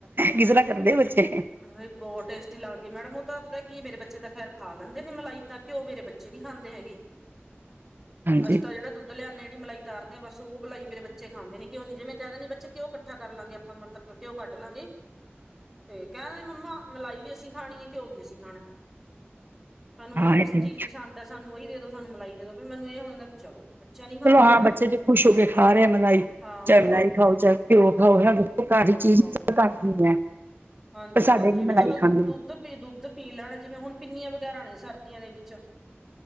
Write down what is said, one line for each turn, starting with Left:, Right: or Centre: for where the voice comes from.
Right: ਕਿਸ ਤਰ੍ਹਾਂ ਕਰਦੇ ਬੱਚੇ।
Centre: ਹ ਬਹੁਤ ਟੇਸਟੀ ਲੱਗਦੀ ਐ ਮੈਡਮ, ਉਹ ਤਾਂ ਪਤਾ ਕੀ ਮੇਰੇ ਬੱਚੇ ਤਾਂ ਖੈਰ ਖਾ ਲੈਂਦੇ ਨੇਂ ਮਲਾਈ ਤਾਂ ਕਿਉ ਮੇਰੇ ਬੱਚੇ ਨਹੀਂ ਖਾਂਦੇ ਹੈਗੇ,
Right: ਹਾਂਜੀ
Centre: ਅਸੀ ਤਾਂ ਜਿਹੜਾ ਦੁੱਧ ਦ ਲਿਆਣੇ ਜਿਹੜੇ ਮਲਾਈ ਤਾਰਦੇ ਆਂ, ਬਸ ਉਹ ਮਲਾਈ ਮੇਰੇ ਬੱਚੇ ਖਾਂਦੇ ਨੇਂ, ਘਿਓ ਨੂੰ ਜੇ ਮੈਂ ਕਹਿ ਦਿੰਣੀ ਬੱਚੇ ਘਿਉ ਕੱਠਾ ਕਰ ਲਾਂਗੇ ਆਪਾਂ ਮਤਲਬ ਘਿਓ ਕੱਢ ਲਾਂਗੇ। ਤੇ ਕਹਿਣਦੇ ਮੰਮਾ ਮਲਾਈ ਵੀ ਅਸੀਂ ਖਾਣੀਏ, ਘਿਓ ਵੀ ਅਸੀਂ ਖਾਣਾ ਤੁਹਾਨੂੰ ਜਿਹੜੀ
Right: ਹਾਂ ਇਹ
Centre: ਪ
Right: ਤੇ
Centre: ਚੀਜ਼ ਪਸੰਦ ਸਾਨੂੰ ਉਹੀ ਦੇ ਦੋ, ਸਾਨੂੰ ਮਲਾਈ ਦੇੋ ਦੋ, ਮੈਨੂੰ ਇਹ ਹੋ ਜਾਂਦਾ ਵੀ ਚਲੋ। ਬੱਚਿਆਂ ਨੀ ਖਾਣੀ
Right: ਚਲੋ ਹਾਂ,
Centre: ਹਨਾ
Right: ਬੱਚੇ ਜੋ ਖੁਸ਼ ਹੋ ਕੇ ਖਾ ਰਹੇ ਮਲਾਈ
Centre: ਹਾਂ
Right: ਚਾਹੇ ਮਲਾਈ। ਖਾਓ ਚਾਹੇ ਪਿਓ ਖਾਓ, ਘਰ
Centre: ਘਿਓ
Right: ਦੀ ਚੀਜ਼
Centre: ਖਾਓ
Right: ਕਰਨੀ ਹੈ।
Centre: ਹਾਂਜੀ
Right: ਪਰ ਸਾਡੇ
Centre: ਹਾਂਜੀ,
Right: ਨੀ ਮਲਾਈ
Centre: ਵੀ ਚਲੋ
Right: ਖਾਂਦੇ
Centre: ਦੁੱਧ ਪੀ, ਦੁੱਧ ਪੀ ਲੈਣ ਜਿਵੇਂ ਹੁਣ ਪਿੰਨੀਆਂ ਵਗੈਰਾ ਨੇਂ ਸਰਦੀਆਂ ਦੇ ਵਿੱਚ